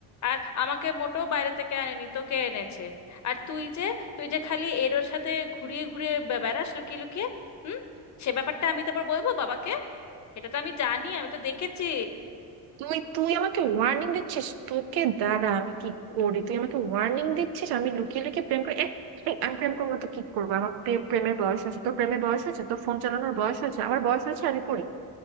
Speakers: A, on the left; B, on the right.
A: আর আমাকে মোটেও বাইরে থেকে আনেনি তোকে এনেছে আর তুই যে তুই যে খালি এর ওর সাথে ঘুরিয়ে ঘুরিয়ে বে- বেড়াস লুকিয়ে লুকিয়ে হুম সে ব্যাপারটা আমি তারপর বলবো বাবাকে এটা তো আমি জানি আমি তো দেখেছি
B: তুই তুই আমাকে ওয়ার্নিং দিচ্ছিস তোকে দাঁড়া আমি কি করি তুই আমাকে ওয়ার্নিং দিচ্ছিস আমি লুকিয়ে লুকিয়ে প্রেম করি এক, এই, আমি প্রেম করবো তো কি করবো আমার প্রেম প্রেমের বয়স হয়েছে তোর প্রেমের বয়স হয়েছে তোর ফোন চালানোর বয়স হয়েছে আমার বয়স হয়েছে আমি করি